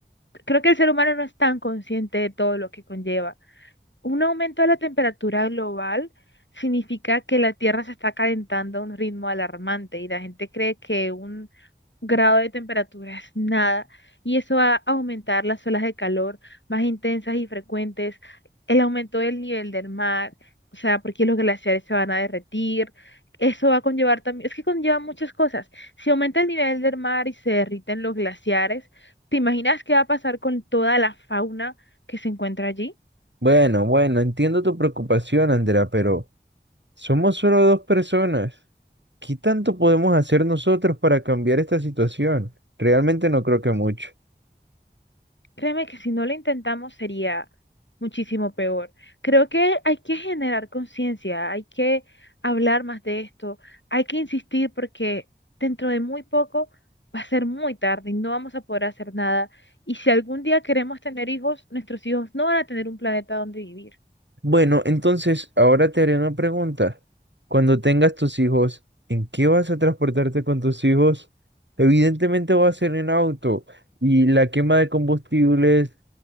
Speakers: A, on the left; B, on the right.
A: creo que el ser humano no es tan consciente de todo lo que conlleva. Un aumento de la temperatura global significa que la Tierra se está calentando a un ritmo alarmante y la gente cree que un grado de temperatura es nada y eso va a aumentar las olas de calor más intensas y frecuentes, el aumento del nivel del mar, o sea, porque los glaciares se van a derretir. Eso va a conllevar también, es que conlleva muchas cosas. Si aumenta el nivel del mar y se derriten los glaciares, ¿te imaginas qué va a pasar con toda la fauna que se encuentra allí?
B: Bueno, bueno, entiendo tu preocupación, Andrea, pero somos solo dos personas. ¿Qué tanto podemos hacer nosotros para cambiar esta situación? Realmente no creo que mucho.
A: Créeme que si no lo intentamos sería muchísimo peor. Creo que hay que generar conciencia, hay que hablar más de esto, hay que insistir porque dentro de muy poco va a ser muy tarde y no vamos a poder hacer nada. Y si algún día queremos tener hijos, nuestros hijos no van a tener un planeta donde vivir.
B: Bueno, entonces ahora te haré una pregunta. Cuando tengas tus hijos, ¿en qué vas a transportarte con tus hijos? Evidentemente va a ser en auto y la quema de combustibles